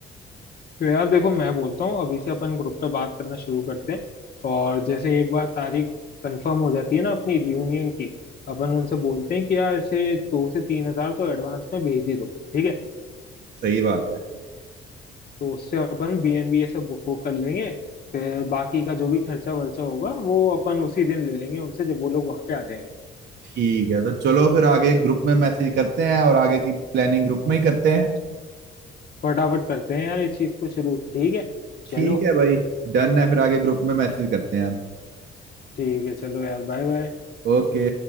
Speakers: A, on the left; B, on the right.
A: तो यार देखो मैं बोलता हूँ अभी से अपन ग्रुप पे बात करना शुरू करते हैं और जैसे एक बार तारीख कंफर्म हो जाती है ना अपनी रियूनियन की अपन उनसे बोलते हैं कि यार ऐसे दो से तीन हजार तो एडवांस में भेज ही दो ठीक है
B: सही बात है
A: तो उससे अपन बी एन बी ये सब बुक बुक कर लेंगे फिर बाकी का जो भी खर्चा वर्चा होगा वो अपन उसी दिन ले लेंगे उनसे जब वो लोग वहां पे आ जाएंगे
B: ठीक है तो चलो फिर आगे ग्रुप में मैसेज करते हैं और आगे की प्लानिंग ग्रुप में ही करते हैं
A: फटाफट करते हैं यार इस चीज को शुरू ठीक है चलो
B: ठीक है भाई डन है फिर आगे ग्रुप में मैसेज करते हैं अब
A: ठीक है चलो यार बाय बाय
B: ओके